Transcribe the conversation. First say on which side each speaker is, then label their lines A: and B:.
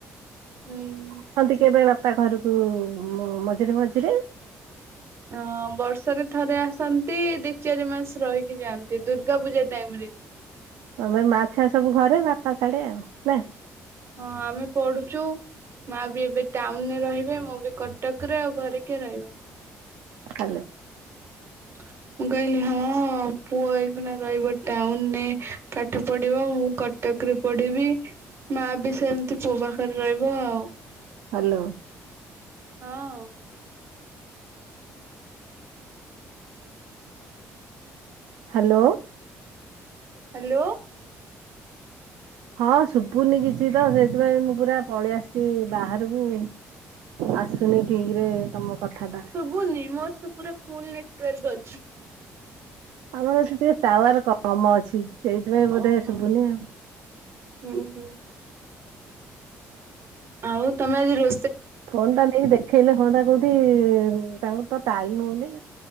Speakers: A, on the right (about 50°); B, on the right (about 85°).
A: ହୁଁ।
B: ଆସନ୍ତି କେବେ ବାପା ଘରୁକୁ ମଝିରେ ମଝିରେ?
A: ହଁ ବର୍ଷରେ ଥରେ ଆସନ୍ତି ଦି ଚାରି ମାସ ରହିକି ଯାଆନ୍ତି ଦୁର୍ଗା ପୂଜା ଟାଇମ୍ ରେ।
B: ତମେ ମା ଛୁଆ ସବୁ ଘରେ ବାପା ସାଡେ ଆଉ ନା?
A: ହଁ ଆମେ ପଢୁଚୁ। ମା ବି ଏବେ ଟାଉନରେ ରହିବେ, ମୁଁ ବି କଟକ ରେ ଆଉ ଘରେ କିଏ ରହିବ।
B: ହ୍ୟାଲୋ।
A: <unintelligible> ମୁଁ କହିଲି ହଁ ପୁଅ ଏଇକୁନା ରହିବ ଟାଉନରେ ପାଠ ପଢିବ ମୁଁ ଟକରେ ପଡିବି ମା ବି ସେମିତି ପୁଅ ପାଖରେ ରହିବ ଆଉ
B: ହ୍ୟାଲୋ।
A: ହଁ।
B: ହ୍ୟାଲୋ।
A: ହ୍ୟାଲୋ। <inaudible>
B: ହଁ ଶୁଭୁନି କିଛି ତ ସେଥିପାଇଁ ମୁଁ ପୁରା ପଳେଇ ଆସିଛି ବାହାରକୁ। ଆସୁନି ଠିକ ରେ ତମ କଥା ଟା
A: ହୁନି ମୋର ତ ପୁରା ଫୁଲ ନେଟୱାର୍ ଅଛି।
B: ଆମର ଏଠି ଟିକେ ଟୱାର କମ ଅଛି। ସେଇଥି ପାଇଁ ବୋଧେ
A: ଓହୋ
B: ଶୁନି ଆଉ।
A: ହୁଁ ହୁଁ। ଆଉ ତମେ ଆଜି ରୋ
B: ଫୋନ ଟା ନେଇକି ଦେଖେଇଲେ ହଅନ୍ତା କୋଉଠି ତାଙ୍କର ତ ଟାଇମ ହଉନି।